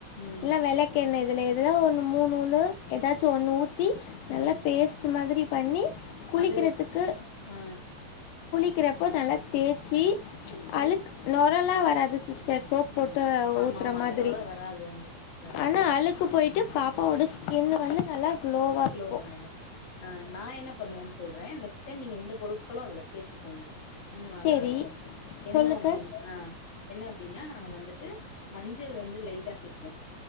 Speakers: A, on the left (about 25°); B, on the left (about 80°).
A: ம்
B: இல்லனா விளக்கெண்ணை இதுல எதுனா ஒண்ணு மூணுல ஏதாச்சு ஒன்னு ஊத் தி நல்லா
A: ம்
B: பேஸ்ட் மாதிரி பண்ணி குளிக்கிறதுக்கு
A: அது ஆ
B: குளிக்கிறப்போ நல்லா தேச் தேச்சி
A: தேச்சு
B: அலுக் நொரலா வராது சிஸ்டர் சோப் போட்டு
A: ஆமா
B: ஊத்துற
A: ஆமா
B: மாதிரி
A: அந்த நொற வராது அந்த பொ வராது
B: ஆனா அழுக்கு போயிட்டு பாப்பாவோட ஸ்கின் வந்து நல்லா க்ளோவாக இருக்கும்
A: க்லோ ஆயிடும் ஆஹ் நான் என்ன பண்ணுவேன்னு சொல் மேன் நெக்ஸ்டைம் நீங்க இந்த பொருட்களும் அதுல சேர்த்துக்கோங்க இன்னும் நல்லா
B: சரி
A: இருக்கும் என்ன
B: சொல்லுங்க
A: அப்படின்னு என்ன அப் அப்படினா நா வந்துட்டு மஞ்சள் வந்து லைட்டா சேர்த்டுவேன்